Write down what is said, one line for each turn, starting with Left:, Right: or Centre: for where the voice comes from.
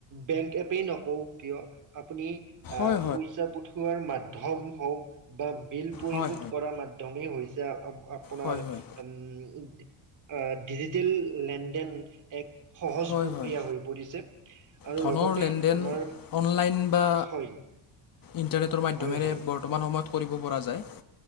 Right: বেংক এপেই নহ‌ওক - হওক কিয় আপুনি আহ
Left: হয় হয়
Right: পইচা পঠোৱাৰ মাধ্যম হওক। বা বিল পৰিশোধ
Left: হয় হয়
Right: কৰাৰ মাধ্যমেই হৈছে আপোনাৰ
Left: হয় হয়
Right: - আ ডিজিটেল লেনদেন এক - সহজ
Left: হয়
Right: প্ৰক্ৰিয়া
Left: হয়
Right: হৈ পৰিছে। আৰু
Left: ধনৰ
Right: লগতে
Left: লেনদেন
Right: আমাৰ,
Left: অনলাইন বা
Right: হয়।
Left: ইণ্টাৰনেটৰ মাধ্যমেৰে
Right: হয়, হয়।
Left: বৰ্তমান সময়ত কৰিব পৰা যায়।